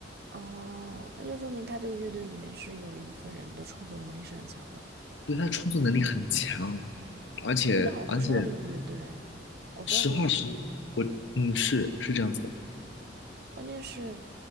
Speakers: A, on the right; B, on the left.
A: 哦，那就说明他这个乐队里面是有一部分人的创作能力是很强的。
B: 对，他的创作能力很强，而且而且
A: 我知道，我知道这个乐队，我知道这个组合，
B: 实话实，嗯，是是这样子的。
A: 关键是